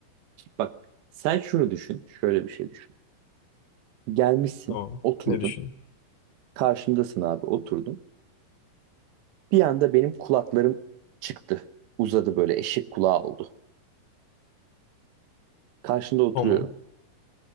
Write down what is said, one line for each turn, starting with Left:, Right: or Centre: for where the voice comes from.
Right: Bak sen şunu düşün, şöyle bir şey düşün. Gelmişsin,
Left: Tamam.
Right: oturdun.
Left: Ne düşün?
Right: Karşımdasın abi, oturdum. Bir anda benim kulaklarım çıktı. Uzadı böyle eşek kulağı oldu. Karşında oturuyorum.
Left: Tamam.